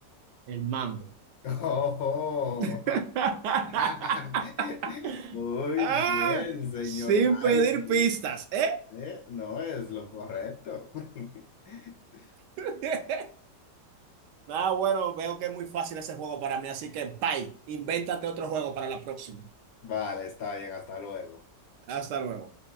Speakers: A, on the right (about 75°); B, on the left (about 70°).
A: El mango.
B: Oh,
A: <laughs>
B: <laughs> muy
A: Ah,
B: bien, señor
A: sin pedir
B: Jaime.
A: pistas, ¿eh?
B: ¿Eh? No es lo correcto. <laughs>
A: <laughs> Ah, bueno, veo que es muy fácil ese juego para mí, así que bye. Invéntate otro juego para la próxima.
B: Vale, está bien, hasta luego.
A: Hasta luego.